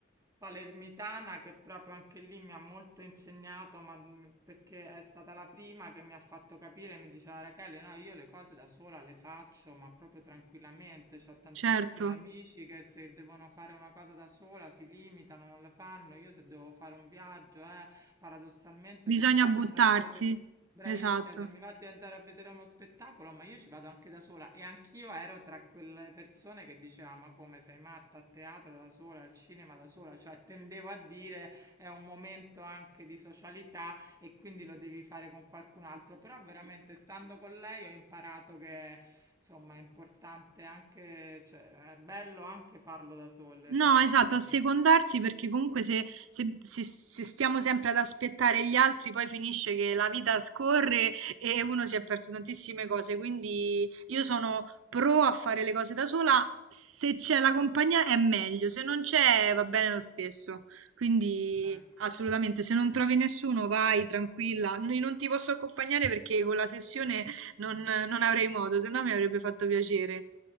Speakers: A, on the right; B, on the right.
A: palermitana che proprio anche lì mi ha molto insegnato, ma mh, perché è stata la prima che mi ha fatto capire, mi diceva Rachele, no, io le cose da sola le faccio, ma proprio tranquillamente, ho tantissimi
B: Certo,
A: amici che se devono fare una cosa da sola si limitano, non le fanno, io se devo fare un viaggio, eh. Paradossalmente,
B: bisogna
A: se mi va
B: buttarsi.
A: di andare a vedere, bravissima,
B: Esatto.
A: se mi va di andare a vedere uno spettacolo, ma io ci vado anche da sola e anch'io ero tra quelle persone che diceva, ma come sei matta a teatro da sola, al cinema da sola, cioè tendevo a dire è un momento anche di socialità e quindi lo devi fare con qualcun altro, però veramente stando con lei ho imparato che insomma è importante anche, cioè è bello anche farlo da sole,
B: No,
A: fare
B: esatto,
A: da sole
B: assecondarsi
A: le cose.
B: perché comunque se, se- se- se stiamo sempre ad aspettare gli altri, poi finisce che la vita scorre e uno si è perso tantissime cose. Quindi io sono pro a fare le cose da sola. Se c'è la compagnia è meglio, se non c'è va bene lo stesso. Quindi
A: Eh.
B: assolutamente, se non trovi nessuno vai tranquilla. N- Non ti posso accompagnare perché con la sessione non, non avrei modo, se no mi avrebbe fatto piacere.